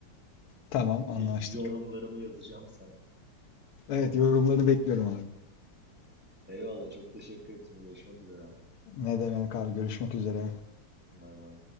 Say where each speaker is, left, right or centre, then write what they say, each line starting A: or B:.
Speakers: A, on the left; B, in the centre.
A: Tamam anlaştık.
B: <laughs> Yorumlarımı yazacağım sana.
A: Evet yorumlarını bekliyorum abi.
B: Eyvallah çok teşekkür ettim. Görüşmek üzere abi.
A: Ne demek abi görüşmek üzere.
B: Bay bay.